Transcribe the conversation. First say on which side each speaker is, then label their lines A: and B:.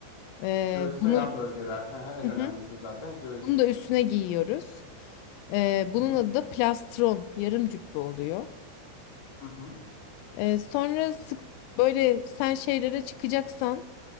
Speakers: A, on the left; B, on the left.
A: E,
B: Göğüs
A: bunu
B: ve yan bölgeler. Hı hı, En
A: hı
B: önemlisi
A: hı,
B: zaten göğüs.
A: bunu da üstüne giyiyoruz. E, bunun
B: Hı hı.
A: adı da plastron yarım cübbe oluyor.
B: Hı hı.
A: E, sonra sık böyle sen şeylere çıkacaksan